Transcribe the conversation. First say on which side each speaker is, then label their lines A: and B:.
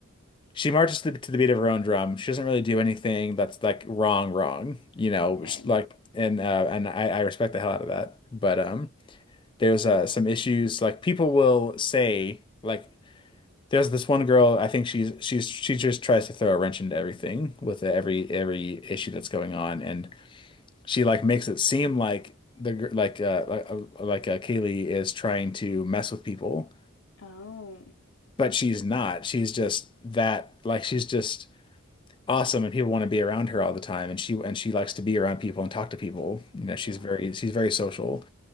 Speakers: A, on the left; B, on the left.
A: she marches to the, to the beat of her own drum. She doesn't really do anything that's like wrong, wrong. You know,
B: Okay.
A: which like and uh, and I, I respect the hell out of that. But um, there's uh some issues like people will say like. There's this one girl, I think she's she's she just tries to throw a wrench into everything with every every issue that's going on and she like makes it seem like the gir- like uh like uh, like uh, Kaylee is trying to mess with people,
B: Oh,
A: but she's not. She's just that like she's just awesome and people want to be around her all the time and she and she likes to be around people and talk to people. You know, she's
B: yeah.
A: very she's very social.